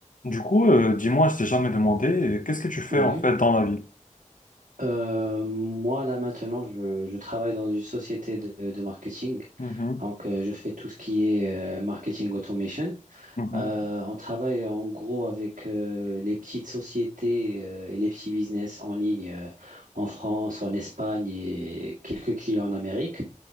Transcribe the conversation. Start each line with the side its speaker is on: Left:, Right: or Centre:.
Left: Du coup, euh, dis-moi, je t'ai jamais demandé, euh, qu'est-ce que tu fais
Right: Oui.
Left: en fait dans la vie?
Right: Euh, moi, là, maintenant, je, je travaille dans une société de, de marketing.
Left: Mhm,
Right: Donc, euh, je fais tout ce qui est euh, marketing automation.
Left: mhm,
Right: Euh, on travaille en gros avec euh, les petites sociétés euh, et les petits business en ligne euh, en France, en Espagne et quelques clients en Amérique.